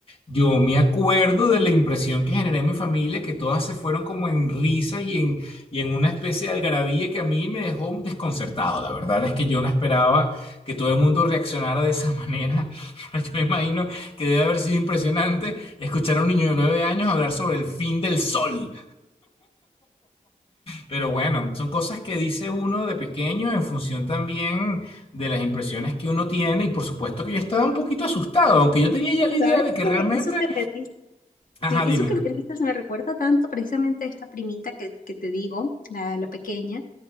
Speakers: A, on the left; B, on the left.
A: Yo me acuerdo de la impresión que generé en mi familia, que todas se fueron como en risas y en, y en una especie de algarabía que a mí me dejó desconcertado. La verdad es que yo no esperaba que todo el mundo reaccionara de esa manera. <laughs> Yo me imagino que debe haber sido impresionante escuchar a un niño de nueve años hablar sobre el fin del Sol. Pero bueno, son cosas que dice uno de pequeño en función también de las impresiones que uno tiene y por supuesto que yo estaba un poquito asustado, aunque yo tenía ya la idea
B: ¿sabes
A: de que
B: qué?
A: realmente...
B: Eso que me dices,
A: Ajá,
B: sí,
A: dime.
B: eso que me dices me recuerda tanto precisamente a esta primita que, que te digo, la, la pequeña.